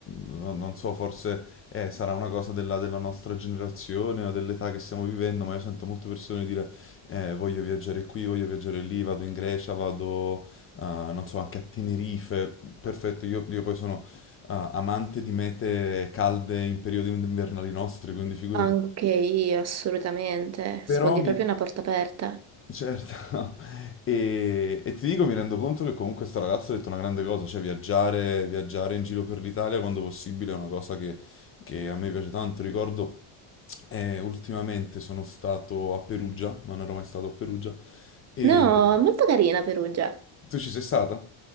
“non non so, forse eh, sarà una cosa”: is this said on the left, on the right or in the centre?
Left